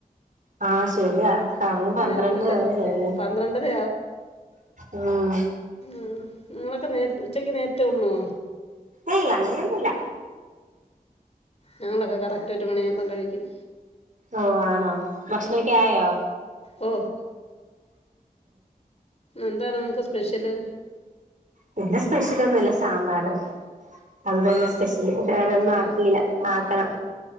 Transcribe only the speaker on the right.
ആഹ് ശെരിയാ അങ്ങ് പന്ത്രണ്ട്
പരം ചെയല്ല
ഉമ്
ഏയ് അങ്ങനെയൊന്നുല്ല
ഓ ആണോ ഭക്ഷണമക്കെ
ആയോ
പിന്നെ സ്പെഷ്യൽ ഒന്നല്ല സാമ്പാർ അത് തന്നെ സ്പെഷ വേറെ ഒന്നും ആക്കിയില്ല
ആക്കണം